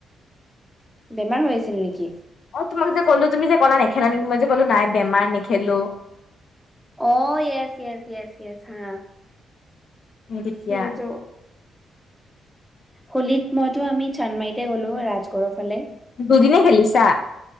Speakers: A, in the centre; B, on the left (about 65°).
A: বেমাৰ হৈ আছিল নেকি?
B: অ', তোমাক যে কলো তুমি যে ক'লা নেখেলা নেকি মই যে ক'লো নাই বেমাৰ নেখেলো।
A: অ', ইয়েছ ইয়েছ ইয়েছ ইয়েছ হা।
B: <inaudible>
A: সেইটো হোলীত মইতো আমি চান্দমাৰিতে গ'লো ৰাজগড়ৰ ফালে।
B: দুইদিনে খেলিছা?